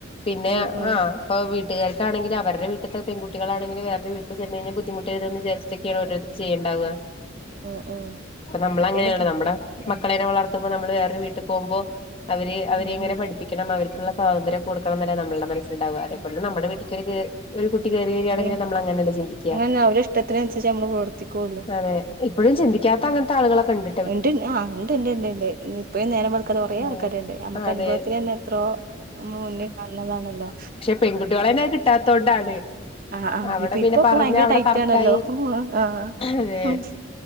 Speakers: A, on the left; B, on the right.
A: പിന്നെ
B: ഉം
A: ആഹ്. പ്പൊ വീട്ട്കാര്ണെങ്കിലും അവര്ടെ വീട്ട്ത്തെ പെൺകുട്ട് ട്ടിളാണെങ്കിലും വേറൊരു വീട്ടില് ചെന്ന് കഴിഞ്ഞാ ബുദ്ധിമുട്ടെരും ന്ന് വിചരിച്ചിട്ടൊക്കെയാണ് ഓരോര്ത്തര് ചെയ്യ്ണ്ടാവ.
B: ഉം ഉം
A: ഇപ്പ ന്നമ്മളങ്ങനെയാണ്
B: ഇപ്പയ്ന്
A: ന്നമ്മടെ
B: ഉം
A: മക്കളെനെ വളർത്തുമ്പോ ന്നമ്മള് വേറൊരു വീട്ട് പോവുമ്പോ അവര് അവരെ
B: ഉം
A: എങ്ങനെ പഠിപ്പിക്കണം അവർക്ക്ള്ള സ്വാതന്ത്രം കൊടുക്കണംന്നല്ലെ നമ്മൾടെ മനസ് ല്ണ്ടാവ അതെപോലെ
B: ഉം
A: ന്നമ്മടെ വീട്ട്ക്കൊരു കേ ഒരു കുട്ടി കേറി വെരാണെങ്കിലും
B: അതെ
A: ന്നമ്മൾ അങ്ങൻനെല്ലെ ചിന്തിക്കാ
B: അങ്ങനന്നെ അവരെ ഇഷ്ടത്തിനനുസരിച്ച് നമ്മള് പ്രവർത്തിക്കുള്ളൂ
A: അതെ. ഇപ്പഴും ചിന്തിക്കാത്ത അങ്ങൻത്തെ ആള്കളൊക്കെ ഇണ്ട്.
B: ഇണ്ട് ഞാഹ് ഇണ്ട് ഇണ്ട് ഇണ്ട്ണ്ട് ഇപ്പഴും ന്നേരം വെൾക്കാത്താ കൊറേ ആൾക്കാര്ണ്ട്
A: ആഹ്
B: ഞമ്മക്ക്
A: അതെ
B: അനുഭവത്തിലെന്നെ എത്രോ ഞമ്മള് മുന്ന് കാണ് ണതാണല്ലോ.
A: പെൺകുട്ട്യോളെന്നെ അഹ് കിട്ടാത്തോൺണ്ടാണ്.
B: ആഹ് ആഹ്
A: അവടെ
B: ഇപ്പൊ
A: പിന്നെ
B: ഇപ്പൊ
A: പറഞ്ഞ
B: ഭയങ്കര
A: അവ്ടെ
B: ടൈറ്റ്
A: തർക്കായി
B: ആണല്ലോ ആഹ്
A: അതെ
B: ഉം